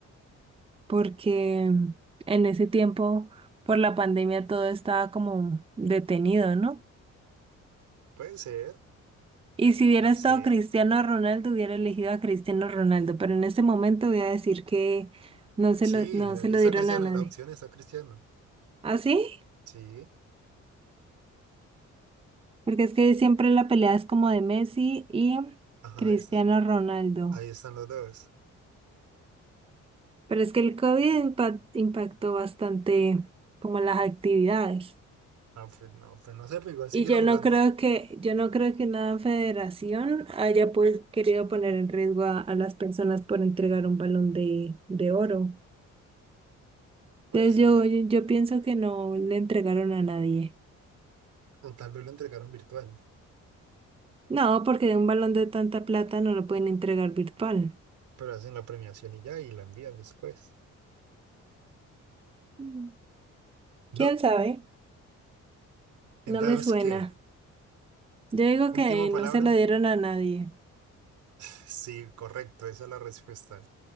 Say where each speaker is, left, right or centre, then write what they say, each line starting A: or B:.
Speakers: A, on the right; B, on the right.
A: porque en ese tiempo, por la pandemia, todo estaba como detenido, ¿no?
B: Puede ser,
A: Y si hubiera
B: no
A: estado
B: sé.
A: Cristiano Ronaldo, hubiera elegido a Cristiano Ronaldo, pero en este momento voy a decir que no se
B: Sí,
A: lo, no se
B: ahí
A: lo
B: está
A: dieron
B: Cristiano,
A: a nadie.
B: en las opciones está Cristiano.
A: ¿Ah, sí?
B: Sí,
A: Porque es que siempre la pelea es como de Messi y
B: ajá,
A: Cristiano
B: ahí está.
A: Ronaldo.
B: Ahí están los dos.
A: Pero es que el COVID impa- impactó bastante como las actividades.
B: Ah, pues no, pues no sé, pero igual siguieron
A: Y yo no
B: jugando.
A: creo que, yo no creo que una federación haya pues querido poner en riesgo a, a las personas por entregar un balón de, de oro.
B: Puede
A: Entonces
B: ser.
A: yo, yo, yo pienso que no le entregaron a nadie.
B: O tal vez lo entregaron virtual,
A: No, porque de un balón de tanta plata no lo pueden entregar virtual.
B: pero hacen la premiación y ya, y la envían después.
A: Mm.
B: ¿No?
A: ¿Quién sabe?
B: Entonces,
A: No me suena.
B: ¿qué?
A: Yo digo
B: ¿Última
A: que
B: palabra?
A: no se lo dieron
B: <laughs>
A: a nadie.
B: Sí, correcto, esa es la respuesta.